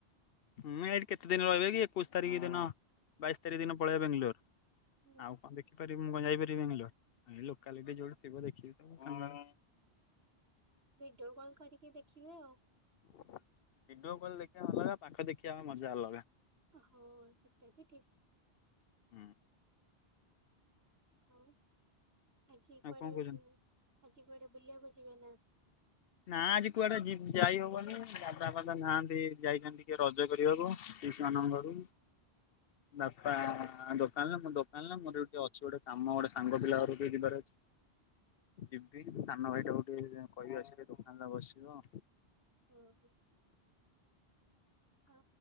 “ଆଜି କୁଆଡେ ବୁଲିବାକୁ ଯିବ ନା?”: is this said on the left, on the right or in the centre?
Right